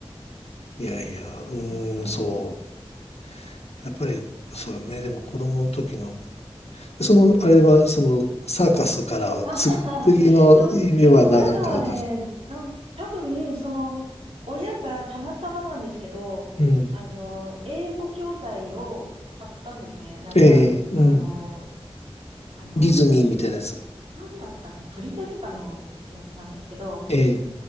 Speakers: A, on the right (about 70°); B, on the left (about 85°).
A: まあわかります、
B: いやいや、うーん、
A: わかります。
B: そう。やっぱり、そうね。でも子供の時の、その、あれは、その、サーカスからは、
A: <laughs> あははそ、
B: 次、次の夢は何かだったんですか
A: その後はね、なん、多分、その、親がたまたまなんですけど、
B: うん。
A: あの、英語教材を買ったんですね。なんか、
B: ええうん。
A: あの、あの、
B: ディズニーみたいなやつ。
A: い、なんだったかな、ブリタニカのやつなんですけど、
B: ええ。